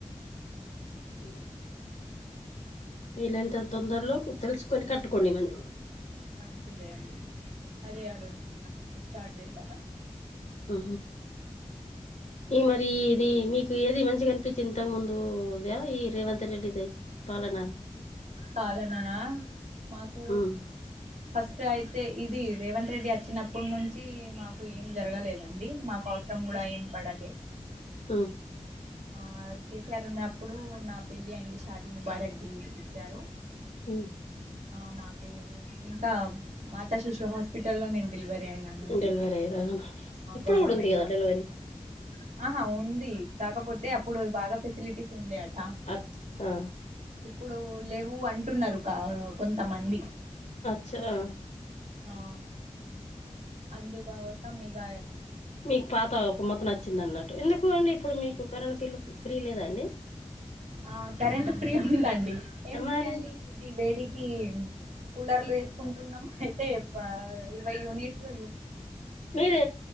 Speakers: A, on the left (about 75°); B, on the right (about 75°).
A: అే వీలంత తొందరలో తెలుసుకొని కట్టుకోండి మరీ
B: మంచి ఇదే అండి అదే అలోచూస్తున్న స్టార్ట్ చేద్దామని.
A: ఆ ఈ మరి ఇది మీకు ఏది మంచిగా కనిపించి ఇంత ముందుద ఈ రేవంత్ రెడ్డిదే పాలన
B: పాలననా మాకు
A: హ్మ్.
B: ఫస్ట్ అయితే ఇది రేవంత్ రెడ్డి వచ్చినప్పడు నుంచి మాకు ఏం జరగలేదండి. మాకు అవస అం కూడా ఏం పడాల
A: ఆ
B: ఆ కేసీఆర్ ఉన్నప్పుడు నా పెళ్లిి అయింది షాదిీ ముబారాక్ ఇచ్చారు.
A: ఉ
B: ఆ మాకు ఇంకా మాతా శిశు హాస్పిటల్ లో నేను డెలివరీ అయినానండి.
A: డెలివరీ అయ్యారా ఇప్పుడు
B: గవర్నమెంట్
A: కూడా ఉంది కదా
B: హాస్పిటల్
A: డెలివరీ
B: ఆహా ఉంది కాకపోతే అప్పుడు బాగా ఫెసిలిటీస్ ఉండే అట
A: అత్ ఆ
B: ఇప్పుడు లేవు అంటున్నారు. కొంతమంది
A: అచ్చ ఆ
B: ఆ అందుకోసం ఇక
A: మీకు పాత ఒక మొత్తం నచ్చింది అన్నట్టు ఎందుకు అండి ఇప్పుడు మీకు కరెంట్ బిల్లు ఫ్రీ లేదాఅండి.
B: ఆ కరెంట్ ఫ్రీ ఉందండి. ఏం ఫ్రీ
A: మరి
B: అండి ఇది వేడికి కూలర్లు వేసుకుంటున్నాం. అయితే ఇరవైయూనిట్స్
A: మీరు